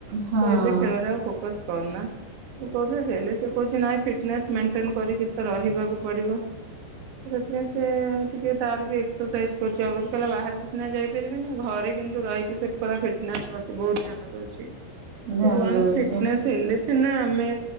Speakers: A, on the right; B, on the right.
A: ହଁ
B: ତ ଏବେ ଖେଳରେ ଆଉ ଫୋକସ୍ କରନା ମୁଁ କୋହୁଥିଲି <unintelligible> ହେଲେ ସିଏ କୋହୁଚି ନାଇଁ ଫିଟନେସ୍ ମେଣ୍ଟେନ୍ କରିକି ତ ରହିବାକୁ ପଡ଼ିବ। ତ ସେଥିପାଇଁ ସିଏ ଟିକେ ତାର ବି ଏକ୍ସରସାଇଜ୍ କରୁଚି ଅବଶ୍ୟ କହଲା ବାହାରୁକୁ ସିନା ଯାଇପାରିବିନି ଘରେ କିନ୍ତୁ ରହିକି ସିଏ ପୁରା ଫିଟନେସ୍ ପ୍ରତି ବୋହୁତ ଧ୍ୟାନ ଦୋଉଚି କୋହୁଚି
A: ଧ୍ୟାନ
B: ୱାନସ୍
A: ଦଉଛି।
B: ଫିଟନେସ୍ ହେଲେ ସିନା ଆମେ